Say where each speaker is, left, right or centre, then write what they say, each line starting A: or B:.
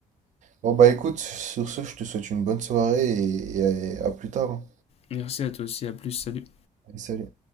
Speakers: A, on the right (about 55°); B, on the left (about 45°).
A: Bon, bah écoute, sur ce, je te souhaite une bonne soirée et, et à à plus tard. hein.
B: Merci à toi aussi, à plus, salut.
A: Allez, salut.